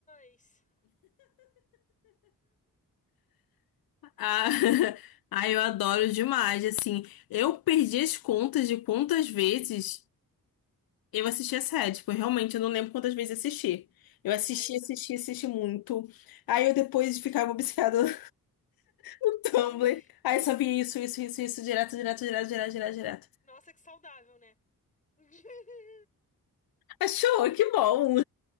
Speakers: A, on the left; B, on the left.
A: Us.
B: Ah, <laughs> ai, eu adoro demais, assim. Eu perdi as contas de quantas vezes eu assisti a série. Tipo, realmente eu não lembro quantas vezes assisti. Eu assisti,
A: Aí tá.
B: assisti,
A: <laughs>
B: assisti muito. Aí eu depois ficava obcecada no <laughs> Tumblr.
A: Hum,
B: Aí só via isso, isso, isso, isso, direto, direto, direto, direto, direto, direto.
A: Nossa, que saudável, né? <laughs>
B: Achou? Que bom!